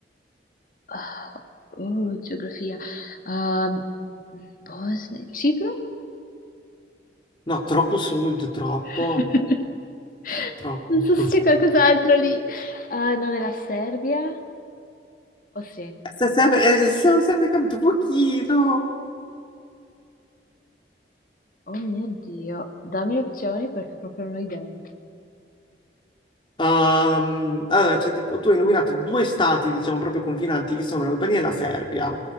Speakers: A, on the left; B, on the left.
A: Ah, Oh, geografia. Ehm, Bosnia, Cipro?
B: No, troppo sud, troppo,
A: <laughs>
B: troppo.
A: Non
B: <laughs>
A: so se c'è qualcos'altro lì. Ah, non è la Serbia? O sì?
B: Se- se- eh, se- Ho Sempre capito, pochino.
A: Oh mio Dio, dammi opzioni perché proprio non ho idee.
B: Ehm, allora, cioè, tipo, tu hai nominato due stati, diciamo, proprio confinanti, che sono l'Albania e la Serbia.